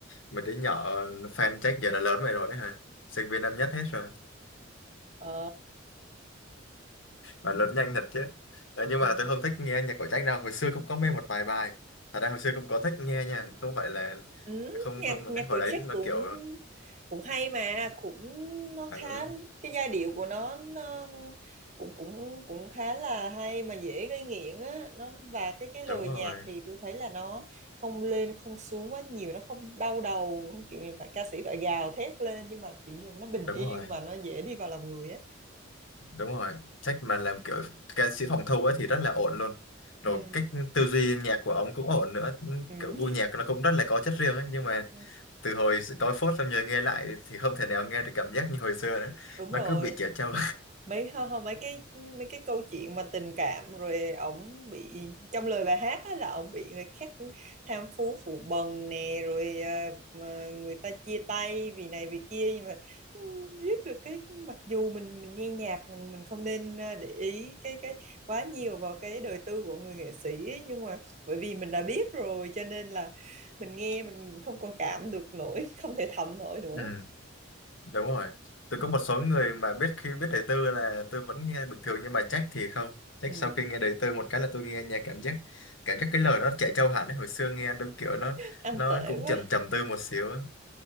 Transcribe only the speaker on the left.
mấy đứa nhỏ fan Jack giờ đã lớn vậy rồi ấy hả? Sinh viên năm nhất hết rồi.
Mà lớn nhanh thật chứ. Ờ, nhưng
mà tôi không thích nghe nhạc của Jack đâu, hồi xưa cũng có mê một vài bài. Ở đây hồi xưa cũng có thích nghe nha, không phải là
không
không
hồi
đấy nó
kiểu
ừ,
đúng rồi,
đúng
rồi.
đúng rồi trách mà làm kiểu ca sĩ phòng thu ấy thì rất là ổn luôn rồi
cách tư duy nhạc của ông cũng ổn nữa
kiểu gu nhạc nó cũng rất là có chất riêng ấy nhưng mà
từ hồi tối phốt xong giờ nghe lại thì không thể nào nghe được cảm giác như hồi xưa nữa
nó
cứ bị trẻ trâu
<laughs> ừ, đúng rồi tôi có một số người mà biết khi biết đời tư là tôi vẫn nghe bình thường nhưng mà trách thì không trách
sau khi nghe đời tư một cái là tôi nghe nhạc cảm giác cảm giác cái lời nó trẻ trâu hẳn ấy hồi xưa nghe đúng kiểu nó
nó
cũng
trầm trầm tư một xíu ấy.